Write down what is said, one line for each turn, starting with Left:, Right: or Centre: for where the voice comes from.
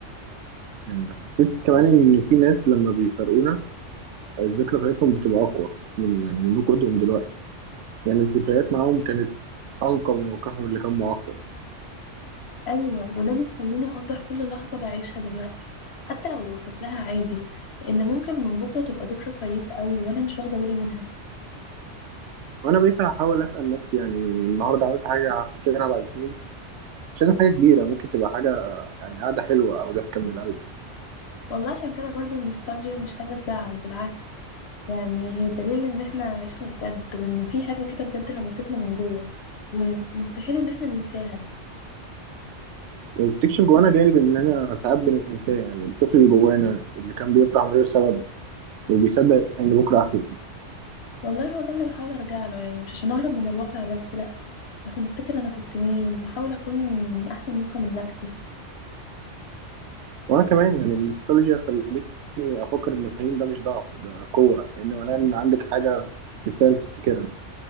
Right: يعني حسيت كمان إن في ناس لما بيفارقونا الذكرى بتاعتهم بتبقى أقوى من يعني من وجودهم دلوقتي يعني الذكريات معاهم كانت أنقى من واقعهم اللي كان معقد
Left: ايوه وده بيخليني اقدر كل لحظة بعيشها دلوقتي حتى لو شكلها عادي لان ممكن من بكرة تبقى ذكرى كويسة قوي وانا مش واخدة بالي منها
Right: وانا بقيت هحاول اسال نفسي يعني النهارده عملت حاجه هفتكرها بعد سنين مش لازم حاجه كبيره ممكن تبقى حاجه يعني قاعده حلوه او ضحكه من القلب
Left: والله عشان كده برضو النوستالجيا مش حاجة تزعل بالعكس يعني هي دليل ان احنا عشنا بجد وان في حاجة كده بجد لمستنا من جوه ومستحيل ان احنا ننساها
Right: وبتكشف جوانا جانب اننا ساعات بننساه يعني الطفل اللي جوانا اللي كان بيفرح من غير سبب وبيصدق ان بكره احلى
Left: والله هو ده اللي بحاول ارجع له يعني مش عشان اهرب من الواقع بس لا عشان افتكر انا كنت مين واحاول اكون احسن نسخة من نفسي
Right: وانا كمان يعني النوستالجيا خلتني افكر ان الحنين ده مش ضعف ده قوه لان معناه ان عندك حاجه تستاهل تفتكرها